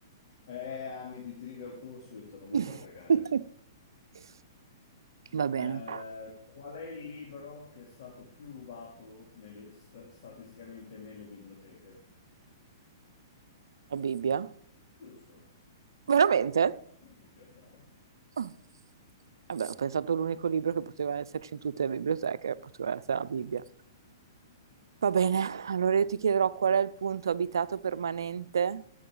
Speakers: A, on the left; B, on the right.
A: Eh, anni di Trivial Pursuit, non mi
B: <laughs>
A: fa cagare.
B: Va bene.
A: Eh, qual è il libro che è stato più rubato nelle- sta- statisticamente nelle biblioteche?
B: La Bibbia?
A: Giusto,
B: Veramente?
A: la Bibbia, bravo.
B: Ah. Vabbè, ho pensato l'unico libro che poteva esserci in tutte le biblioteche, poteva essere la Bibbia. Va bene, allora io ti chiederò qual è il punto abitato permanente,